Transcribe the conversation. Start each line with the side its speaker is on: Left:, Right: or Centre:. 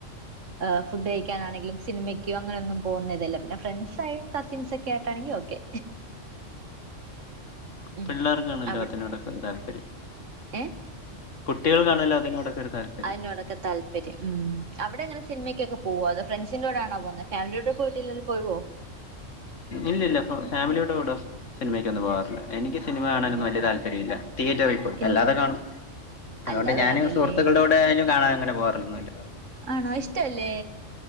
Right: ആഹ് ഫുഡ് കഴിക്കാനാണെങ്കിലും സിനിമയ്ക്കോ അങ്ങനൊന്നും പോവൂന്നതല്ല പിന്നെ ഫ്രണ്ട്സ് ആയി കസിൻസ് ഒക്കെ ആയിട്ടാണെങ്കിൽ ഓക്കെ ഉം
Left: പിള്ളേർക്കാണല്ലോ
Right: അവ
Left: അതിനോടൊക്കൊരു താല്പര്യം
Right: ഏഹ്
Left: കുട്ടികൾക്കു ആണല്ലോ അതിനോടൊക്കെ താല്പര്യം
Right: അയിനോടൊക്കെ താൽ ഉം അവിടെ എങ്ങനെ സിനിമയ്ക്കെ പോകോ ഫ്രൻസിന്റെ കൂടെ ആണോ പോവുന്നത് ഫാമിലിയോടപ്പം പോയിട്ടില്ലല്ലോ പോവോ
Left: ഇല്ലല്ല ഫാമിലിയോടെ കൂടെ സിനിമക്ക്ന്നും പോവാറില്ല്യ എനിക്ക് സിനിമ കാണാനൊന്നും
Right: ഉം
Left: വല്ല്യ താല്പര്യല്ല തിയേറ്ററിൽപ്പോയി
Right: ഇൽ
Left: അല്ലാതെ കാണും അതൊണ്ട്
Right: അല്ലാതെ
Left: ഞാന്
Right: കാണുവല്ലേ
Left: സുഹൃത്തുക്കളുടെ കൂടെ ആയാലും കാണാൻ അങ്ങനെ പോവാറൊന്നുംല്ല
Right: ആണോ ഇഷ്ട്ടല്ലേ